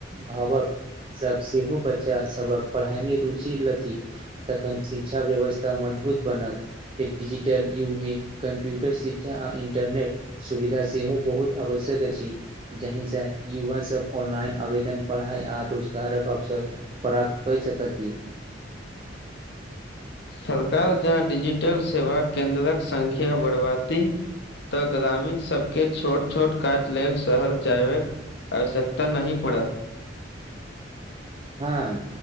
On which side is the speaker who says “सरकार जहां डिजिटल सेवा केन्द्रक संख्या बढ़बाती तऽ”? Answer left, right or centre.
Left